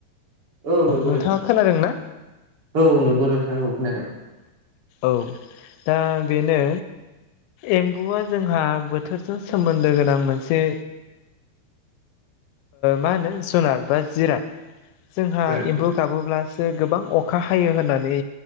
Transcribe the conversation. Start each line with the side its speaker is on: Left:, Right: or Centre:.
Right: औ नंगौ
Left: नोंथाङा
Right: नोंथां
Left: खोनादोंना
Right: औ नंगौ नोंथां औ खोनादों
Left: औ दा बेनो एम्बुआ जोंहा बोथोरजों सोमोन्दो गोनां मोनसे मा होनो जुनार बा जिराद जोंहा
Right: ओं
Left: एमबु गाबोब्लासो गोबां अखा हायो होननानै